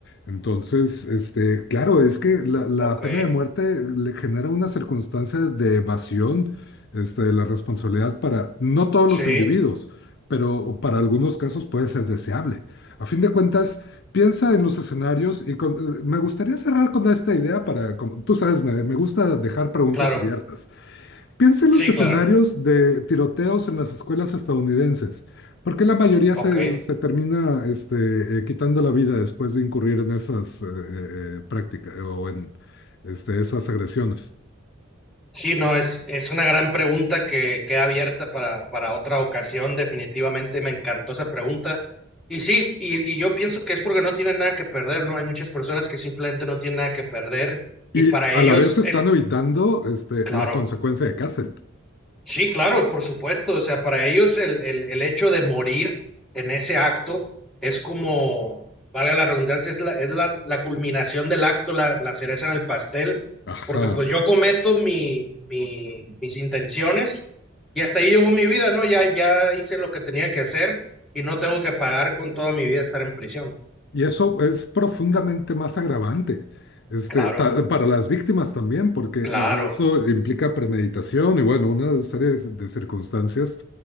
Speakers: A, on the left; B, in the centre.
A: Entonces, este, claro, es que la, la
B: ok.
A: pena de muerte le genera una circunstancia de evasión este, de la responsabilidad para no todos los
B: Sí,
A: individuos, pero para algunos casos puede ser deseable. A fin de cuentas, Piensa en los escenarios y con- eh, me gustaría cerrar con esta idea para, como- tú sabes, me, me gusta dejar preguntas
B: claro,
A: abiertas. Piensa en
B: sí,
A: los escenarios
B: claro,
A: de tiroteos en las escuelas estadounidenses. ¿Por qué la mayoría
B: ok.
A: se, se termina este, eh, quitando la vida después de incurrir en esas eh, eh, prácticas o en este, esas agresiones?
B: Sí, no, es, es una gran pregunta que queda abierta para, para otra ocasión, definitivamente me encantó esa pregunta. Y sí, y, y yo pienso que es porque no tienen nada que perder, ¿no? Hay muchas personas que simplemente no tienen nada que perder
A: Y
B: y para
A: a
B: ellos,
A: la vez están
B: el,
A: evitando este,
B: claro,
A: la consecuencia de cárcel.
B: Sí, claro, por supuesto. O sea, para ellos el, el- el hecho de morir en ese acto es como, valga la redundancia, es la, es la, la culminación del acto, la, la cereza en el pastel,
A: Ajá.
B: porque pues yo cometo mi, mi- mis intenciones y hasta ahí llegó mi vida, ¿no? Ya, ya hice lo que tenía que hacer y no tengo que pagar con toda mi vida estar en prisión.
A: Y eso es profundamente más agravante, este,
B: Claro,
A: ta- para las víctimas también, porque
B: claro,
A: eh, eso implica premeditación y bueno, una serie de de circunstancias